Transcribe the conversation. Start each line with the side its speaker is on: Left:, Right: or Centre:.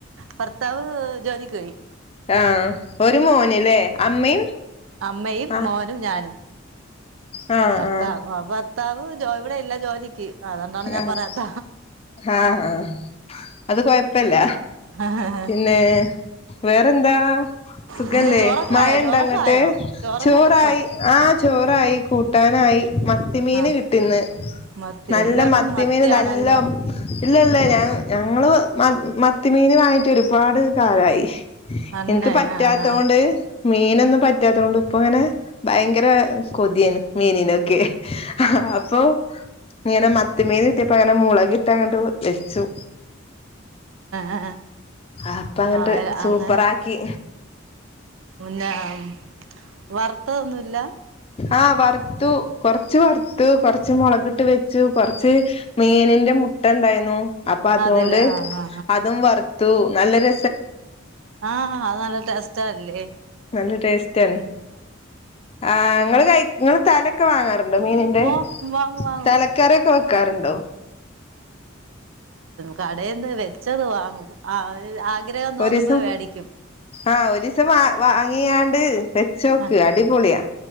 Right: ഭർത്താവ് ജോലിക്ക് പോയി
Left: ആ ഒരു മോനല്ലേ അമ്മയും
Right: അമ്മയും
Left: ആ
Right: മോനും ഞാനും
Left: ആഹ്
Right: ഭർത്താവ്
Left: ആഹ്
Right: വ ഭർത്താവ് ഇവിടെ ഇല്ല ജോലിക്ക് അതുകൊണ്ടാണ് ഞാൻ
Left: ആഹ്
Right: പറയാത്ത
Left: ആഹ് അത് കൊഴപ്പില്ല
Right: ആഹ്
Left: പിന്നെ വേറെന്താ സുഖല്ലേ
Right: പിന്നെ ചോറൊക്കെ
Left: മഴ
Right: ആയോ
Left: ഇണ്ട
Right: ചോറൊക്കെ
Left: ങ്ങട്ട്
Right: ആയോ ചോറെല്ലാം
Left: ചോറായി
Right: വെച്ചോ
Left: ആ ചോറായി കൂട്ടാനായി മത്തി മീന്
Right: ആ
Left: കിട്ടിന്ന്
Right: മത്തി
Left: നല്ല
Right: എല്ലാവർക്കും
Left: മത്തി
Right: മത്തിയാണല്ലോ
Left: മീന് നല്ല ഇല്ല ഇല്ല ഞ ഞങ്ങള് മത്തി മീന് വാങ്ങിട്ട് ഒരുപാട് കാലായി
Right: അന്നെ
Left: എനിക്ക് പറ്റാത്ത
Right: ആ ആ,
Left: കൊണ്ട് മീനൊന്നും പറ്റാത്ത കൊണ്ട് ഇപ്പ അങ്ങനെ ഭയങ്കര കൊതിയാണ് മീനിനൊക്കെ അപ്പൊ ഇങ്ങനെ മത്തി മീന് കിട്ടിയപ്പോ അങ്ങനെ മുളകിട്ട്അങ്ങട്ട വച്ചു
Right: ആ,
Left: അപ്പ അങ്ങട്ട്
Right: ആ,
Left: സൂപ്പറാക്കി
Right: അങ്ങനെ പിന്നെ ഉം, വറുത്തതൊന്നുമില്ല
Left: ആ വറുത്തു കൊറച്ച് വറുത്തു കൊറച്ച് മുളകിട്ട് വെ ച്ചു കൊറച്ച് മീനിന്റെ മുട്ട ഇണ്ടായിരുന്നു അപ്പൊ അതുകൊണ്ട്
Right: അതില് ആ ആ
Left: അതും വറുത്തു നല്ല ര
Right: ആഹ അത് നല്ല ട്ടെസ്റ്റല്ലേ
Left: നല്ല ടേസ്റ്റ് ആണ് ആ നിങ്ങള് കൈ ങ്ങള് തലൊക്കെ വാങ്ങാറ് മീനിന്റെ
Right: ഓ വാങ്ങും വാങ്ങും
Left: തലക്കാറിക്കെ വെക്കാറുണ്ടോ
Right: കടന്ന് വെച്ചത് വാങ്ങും ആഗ്രഹം
Left: ഒരുസം
Right: തോന്നുമ്പോൾ മേടിക്കും
Left: ആഹ ഒരിസം വ വാങ്ങിയാണ്ട് വെച്ചോക്ക്
Right: ആ
Left: അടിപൊളിയാ